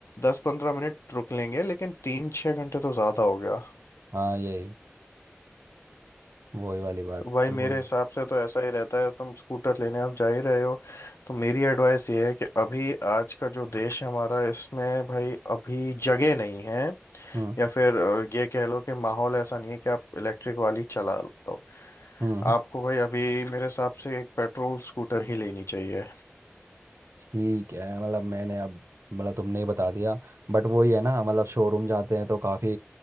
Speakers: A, on the left; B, on the right.
A: दस पंद्रह मिनट रुक लेंगे लेकिन तीन छः घंटे तो ज़्यादा हो गया
B: हाँ ये वही वाली बात
A: तो भाई
B: तो
A: मेरे
B: वो-
A: हिसाब से तो ऐसा ही रहता है तुम स्कूटर लेने आप जा ही रहे हो तो मेरी एडवाइस ये है कि अभी आज का जो देश है हमारा इसमें भाई अभी जगह नहीं है
B: हम्म
A: या फिर अ, ये कह लो कि माहौल ऐसा नहीं है कि आप इलेक्ट्रिक वाली चला लो
B: हम्म हम्म,
A: आपको भाई अभी मेरे हिसाब से एक पेट्रोल स्कूटर ही लेनी चाहिए
B: ठीक है मतलब मैंने अब मतलब तुमने ही बता दिया बट वही है ना मतलब शोरूम जाते हैं तो काफ़ी